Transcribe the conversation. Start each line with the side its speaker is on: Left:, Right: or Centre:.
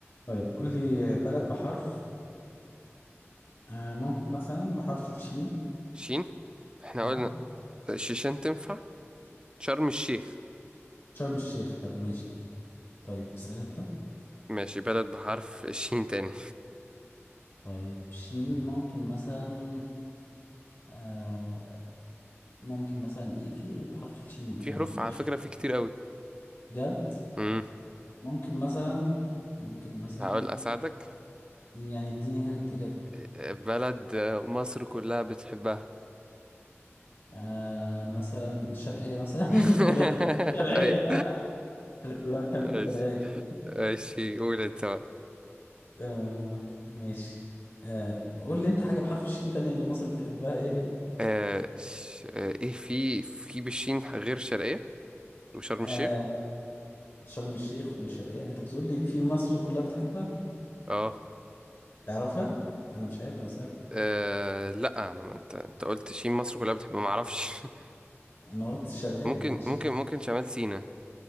Left: طيب قول لي بلد بحرف آه ممكن مثلا بحرف الشين
Right: الشين احنا
Left: اه
Right: قلنا الشيشان تنفع شرم الشيخ
Left: شرم الشيخ حلو ماشي طيب اسأل انت
Right: ماشي بلد بحرف الشين تاني
Left: طيب شين ممكن مثلا آه ممكن مثلا ايه في ايه بحرف الشين
Right: <laughs>
Left: يعني
Right: في حروف على
Left: مش
Right: فكرة في كتير قوي
Left: جد
Right: امم
Left: ممكن مثلا ممكن مثلا
Right: هقول اساعدك
Left: يعني اديني هنت كده
Right: آه، بلد آه، مصر كلها بتحبها
Left: آه مثلا شرقية مثلا
Right: <laughs>
Left: <laughs> كلنا بنحب الشرقية
Right: ايوه
Left: <laughs> كلنا بنحب
Right: ماشي
Left: الشرقية أكيد
Right: ماشي قول انت بقى
Left: آه ماشي آه قول لي أنت حاجة بحرف الشين تانية اللي مصر بتحبها إيه؟
Right: آه ش... آه ايه في في بشين غير شرقية وشرم
Left: آه
Right: الشيخ
Left: شرم الشيخ والشرقية أنت بتقول لي في مصر كلها بتحبها
Right: اه
Left: تعرفها؟ أنا مش عارف أنا بسألك
Right: آه، لا انا ما انت انت قلت شين مصر كلها بتحب ما اعرفش <laughs>
Left: أنا قلت الشرقية
Right: ممكن
Left: ماشي
Right: ممكن ممكن شمال سيناء